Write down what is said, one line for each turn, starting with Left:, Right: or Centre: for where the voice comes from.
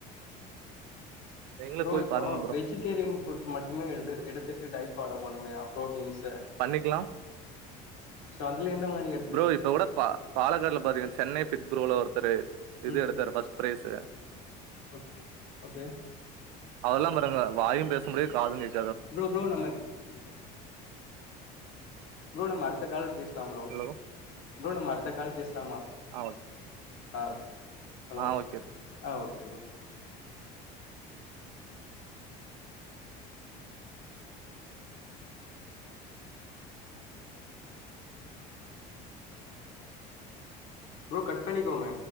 Right: நீங்களு
Left: ப்ரோ
Right: போய்
Left: இப்போ
Right: பாருங்க ப்ரோ
Left: வெஜிடேரியன் ஃபுட் மட்டுமே எடு எடுத்துட்டு டயட் ஃபாலோ <unintelligible> புரோட்டீன்ஸ் த
Right: பண்ணிக்கலா
Left: சோ அதுல எந்த மாரி எடுத்
Right: ப்ரோ இப்ப கூட பா பாலக்காடு பாருங்க சென்னை <unintelligible> ப்ரோ உள்ள ஒர்த்தரு எது
Left: ம்
Right: எடுத்தரு ஃபர்ஸ்ட் பிரைஸ்சு
Left: ஓக் ஓகே
Right: அதெல்லா பாருங்க வாயும் பேச முடியாது காது கேட்
Left: ப்ரோ ப்ரோ நம்ம ப்ரோ நம்ம அடுத்த கால் பேச லாம் ப்ரோ
Right: ஹலோ
Left: ப்ரோ நம்ம அடுத்த கா கால் பேசலாமா
Right: ஆ ஓகே
Left: ஆப் ஹலோ
Right: ஆ ஓகே
Left: ஆ ஓகே ப்ரோ ப்ரோ கட் பண்ணிக்கோங்க